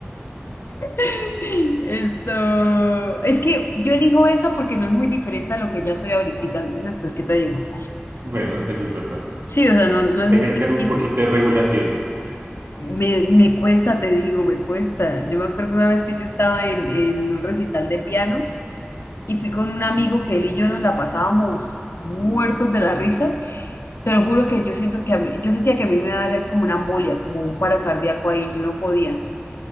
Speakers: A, on the left (about 75°); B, on the right (about 65°).
A: <laughs> Esto, es que yo elijo esa porque no es muy diferente a lo que ya soy ahorita, entonces, pues, ¿qué te digo?
B: Bueno, eso es verdad.
A: Sí, o sea, no, no es
B: Hay
A: muy
B: que
A: difícil.
B: tener un poquito de regulación.
A: Me, me cuesta, te digo, me cuesta. Yo me acuerdo una vez que yo estaba en, en un recital de piano y fui con un amigo que él y yo nos la pasábamos muertos de la risa. Te lo juro que yo siento que a mí- yo sentía que a mí me daba como una embolia, como un paro cardíaco ahí, yo no podía.